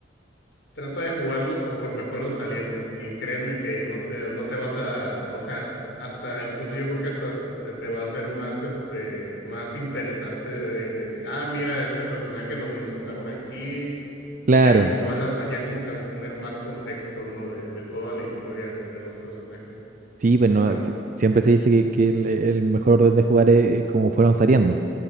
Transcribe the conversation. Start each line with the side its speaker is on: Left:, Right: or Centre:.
Left: Trata de jugarlos conforme fueron saliendo y créeme que no te, no te vas a, o sea, hasta incluso yo creo que hasta se te va a hacer más, este, más interesante de, de decir, ah, mira, este personaje lo mencionaron aquí
Right: claro.
Left: y ya como que vas a, ya como que vas a tener más contexto, ¿no? De, de toda la historia de, de los personajes.
Right: Sí, pero
Left: Hola.
Right: no, si- siempre se dice que, que el, el mejor orden de jugar es, es como fueron saliendo.